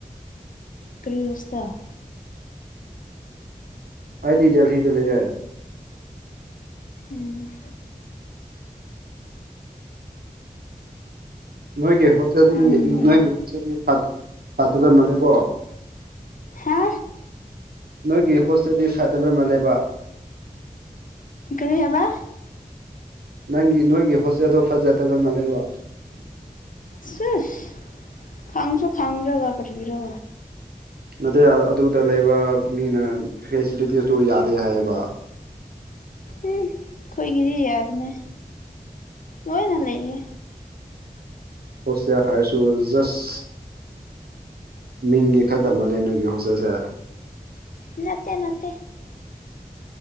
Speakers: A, on the left; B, on the right.
A: ꯀ꯭ꯔꯤ ꯍꫭꯁꯇꯦꯜ
B: ꯑꯩꯗꯤ ꯗꯦꯜꯍꯤꯗ ꯂꯩꯔꯦ
A: ꯎꯝ
B: ꯅꯣꯏꯒꯤ ꯍꯣꯁꯇꯦꯜꯗꯤ
A: ꯎꯝ
B: ꯅꯣꯏꯒꯤ ꯍꯣꯁꯇꯦꯜꯗꯤ ꯐꯠ ꯐꯥꯠꯇꯕꯃꯜꯂꯦꯀꯣ
A: ꯍꯥ
B: ꯅꯣꯏꯒꯤ ꯍꯣꯁꯇꯦꯜꯗꯤ ꯐꯗꯕꯃꯜ ꯂꯦꯕ
A: ꯀꯔꯤ ꯍꯥꯏꯕ
B: ꯅꯪꯒꯤ ꯅꯣꯏꯒꯤ ꯍꯣꯁꯇꯦꯜꯗꯣ ꯐꯖꯗꯕ ꯃꯥꯜ ꯂꯩꯕꯣ
A: ꯁꯦꯁ ꯈꯥꯁꯨꯣ ꯈꯪꯪꯖꯒꯒꯒꯤꯔꯣ
B: ꯅꯠꯇꯦ ꯑꯗꯨꯗ ꯂꯩꯕ ꯃꯤꯅ ꯐꯦꯁꯤꯂꯤꯇꯤꯁꯇꯨ ꯌꯥꯗꯦ ꯍꯥꯏꯌꯦꯕ
A: ꯎꯝ ꯈꯣꯏꯒꯤꯗꯤ ꯌꯥꯕꯅꯦ ꯂꯣꯏꯅ ꯂꯩꯌꯦ
B: ꯍꫭꯁꯇꯦꯜ ꯍꯥꯏꯔꯁꯨ ꯖꯁ ꯃꯤꯡꯗꯤ ꯈꯗ ꯃꯜꯂꯦ ꯅꫭꯏꯒꯤ ꯍꯣꯁꯇꯦꯜꯁꯦ
A: ꯅꯠꯇꯦ ꯅꯠꯇꯦ